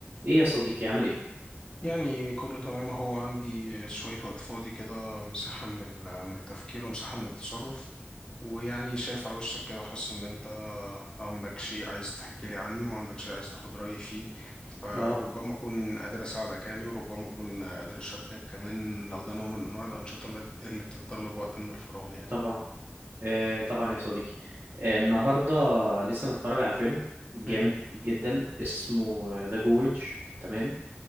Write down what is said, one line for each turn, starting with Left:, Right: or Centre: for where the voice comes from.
Right: ايه يا صديقي عامل ايه
Left: يعني كله تمام هو عندي شوية وقت فاضي كده مساحة من ال- من التفكير ومساحة من التصرف ويعني شايف على وشك كده حاسس إن أنت عندك شيء عايز تحكي لي عنه وعندك شيء عايز تاخد رأيي فيه فربما
Right: اه
Left: أكون قادر أساعدك يعني وربما أكون قادر أشاركك كمان لو ده نوع من أنواع الأنشطة اللي اللي بتتطلب وقت من الفراغ يعني
Right: طبعا آه طبعا يا صديقي آه النهارده لسه متفرج على فيلم جامد
Left: مم.
Right: جدا اسمه ذا جورج تمام